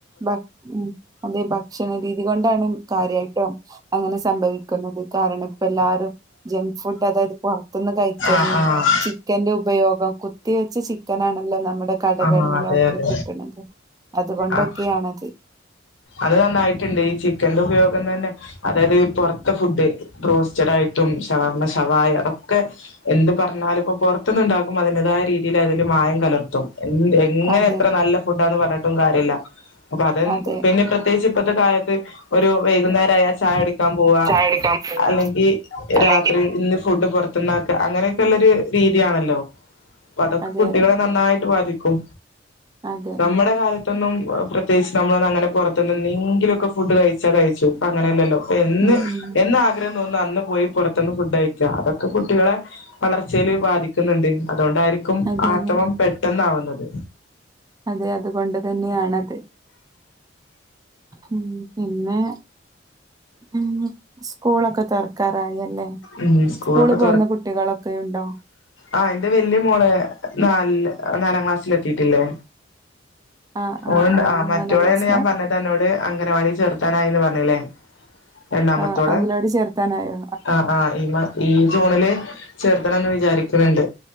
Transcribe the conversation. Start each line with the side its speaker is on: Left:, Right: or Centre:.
Right: ഭ ഉ അതീ ഭക്ഷണ രീതി കൊണ്ടാണ് കാര്യായിട്ടും. അങ്ങനെ സംഭവിക്ക്ന്നത് കാരണം ഇപ്പെല്ലാരും- ജങ്ക് ഫുഡ് അതായത് പൊറത്ത്ന്ന് കഴിക്കല്?
Left: ആഹ് ആഹ്
Right: ചിക്കന്റെ ഉപയോഗം കുത്തിവെച്ച ചിക്കനാണല്ലോ നമ്മടെ കടകളിലൊക്കെ
Left: ആഹ് അതെ അതെ
Right: കി- ട്ട്ണത് അത്കൊണ്ടൊക്കേണത്.
Left: ആഹ് അത് നന്നായിട്ട്ണ്ട് ഈ ചിക്കന്റെ ഉപയോഗം തന്നെ- അതായത് പൊറത്തെ ഫുഡ് ബ്രോസ്റ്റഡ് ആയിട്ടും ശവർമ ശവായ, അതൊക്കെ- എന്ത് പറഞ്ഞാലും ഇപ്പൊ പൊറത്ത്ന്ന്ണ്ടാക്കുബൊ അതിന്റെതായ രീതിയില് അതില് മായം കലർത്തും. എന്ത്‌ എങ്ങനെ
Right: അതെ
Left: എത്ര നല്ല ഫുഡാന്ന് പറഞ്ഞ്ട്ടും കാര്യല്ല. അപ്പൊ അതെൻ
Right: അതെ
Left: പിന്നെ പ്രത്യേകിച്ച് ഇപ്പത്തെ കാലത്ത് ഒരു വൈകുന്നേരായ ചായുടിക്കാം പോവാ-
Right: ചായ കുടിക്കാൻ പോവാണ്
Left: അല്ലെങ്കി
Right: അല്ലെങ്കിൽ
Left: രാത്രി ഇന്ന് ഫുഡ് പൊറ- ത്‌ ന്നാക്കാ അങ്ങനെക്കെള്ളെര് രീതിയാണല്ലോ അപ്പതൊക്കെ
Right: അതെ
Left: കുട്ടികളെ
Right: അതെ
Left: നന്നായി- ട്ട് ബാധിക്കും
Right: അതെ
Left: നമ്മടെ കാല- ത്തൊന്നും പ്രത്യേകിച്ച് നമ്മളൊന്നുംഅങ്ങനെ പൊറത്ത്ന്നെന്നീങ്കിലൊക്കെ ഫുഡ്‌ കഴിച്ച കഴിച്ചു ഇപ്പങ്ങനെല്ലല്ലോ എന്ന്
Right: ഉം ഉം
Left: എന്ന് ആഗ്രഹം തോന്ന്ന്നു അന്ന് പോയി പൊറത്ത്ന്ന് ഫുഡ് കഴിക്കാ അതൊക്കെ കുട്ടികളെ- വളർച്ചേല് ബാധിക്ക്ന്ന്ണ്ട് അതുകൊണ്ടായിരിക്കും
Right: അതെ
Left: ആർത്തവം
Right: അതെ
Left: പെട്ടെന്നാവ്ന്നത്.
Right: അതെ അതുകൊണ്ട്തന്നെയാണത്. ഉം പിന്നെ- ഉം സ്കൂളൊക്കെ തൊറക്കാറായി അല്ലെ?
Left: ഉം സ്കൂളൊക്കെ
Right: സ്കൂള് പോവുന്ന കുട്ടികളൊക്കെയുണ്ടോ?
Left: ആഹ് ഇന്റെ വെല്ല്യെ മോള് നാൽല് നാലാം ക്ലാസ്സിലെത്തീട്ട്ല്ലെ
Right: ആഹ്
Left: ഓള്ണ്ട് ആഹ് മറ്റോളേണ്
Right: നാലാം ക്ലാസ്സിലാ
Left: ഞാൻ പറഞ്ഞത് അന്നോട് അംഗനവാടി ചേർത്താനായീന്ന് പറഞ്ഞിലെ? രണ്ടാമത്തോളെ?
Right: ആഹ് അംഗലവാടി ചേർത്താനായോ
Left: ആഹ് ആഹ്. ഈ മാ ഈ ജൂണില് ചേർത്തണംന്ന് വിചാരിക്ക്ണ്‌ണ്ട്.